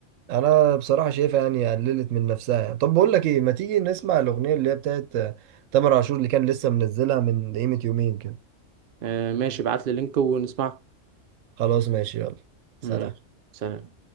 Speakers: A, on the right; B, on the right.
A: انا بصراحه شايفها يعني قللت من نفسها يعني طب بقول لك ايه ما تيجي نسمع الاغنيه اللي هي بتاعت آه، تامر عاشور اللي كان لسه منزلها من قيمه يومين كده
B: آه، ماشي ابعت لي لينك ونسمعه
A: خلاص ماشي يلا سلام
B: ماشي سلام